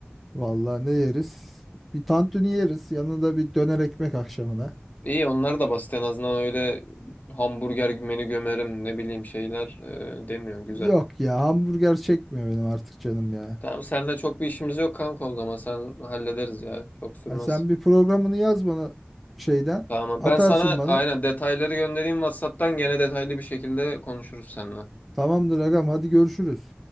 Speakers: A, in the centre; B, on the left.
A: Vallahi ne yeriz? Bir tantuni yeriz. Yanında bir döner ekmek akşamına.
B: İyi onlar da basit en azından öyle hamburger menü gömerim ne bileyim şeyler e, demiyorum güzel.
A: Yok ya hamburger çekmiyor benim artık canım ya.
B: Tamam seninle çok bir işimiz yok kanka o zaman sen hallederiz ya. Çok sürmez.
A: Ya sen bir programını yaz bana şeyden.
B: Tamam
A: Atarsın
B: ben sana
A: bana.
B: aynen detayları göndereyim WhatsApp'tan gene detaylı bir şekilde konuşuruz seninle.
A: Tamamdır agam hadi görüşürüz.